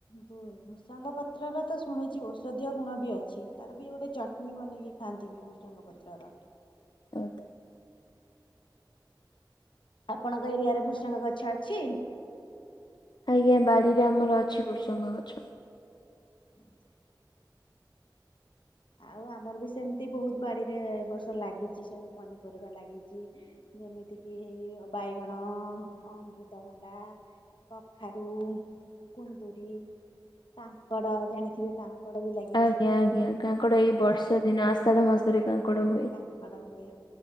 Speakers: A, on the left; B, on the left.
A: ବ ଭୃଷଙ୍ଗ ପାତ୍ର ର ତ ଶୁଣିଛି ଔଷଧୀୟ ଗୁଣ ବି ଅଛି ତାର ବି ଗୋଟେ ଚଟଣିୀ ବନକି ଖାଆନ୍ତି ବି ଭୃସଙ୍ଗ ପତ୍ରର ର
B: <unintelligible>
A: ଆପଣଙ୍କ ଏରିଆରେ ଭୃଷଙ୍ଗ ଗଛ ଅଛି?
B: ଆଜ୍ଞା ବାଡିରେ ଆମର ଅଛି ବୃସଙ୍ଗ ଗଛ।
A: ହୁଁ ଆଉ ଆମର ବି ସେମିତି ବହୁତ ବାଡିରେ ଏ ବର୍ଷ ଲାଗିଛି ସବୁ ପନିପରିବା ଲାଗିଛି। ଯେମିତିକି ବାଇଗଣ ଅମୃତଭଣ୍ଡା କଖାରୁ କୁନ୍ଦୁରିୀ କାଙ୍କଡ ଜାଣିଥିବେ ତାଙ୍କ ଙ୍କଡ଼ ବି ଲାଗିଛି।
B: ଆଜ୍ଞା ଆଜ୍ଞା କାଙ୍କଡ
A: ପୋଟଳ,
B: ଏଇ ବର୍ଷା ଦିନ ଆଷାଢ ମାସରେ କାଙ୍କଡ ହୁଏ।
A: କାଙ୍କଡ ହୁଏ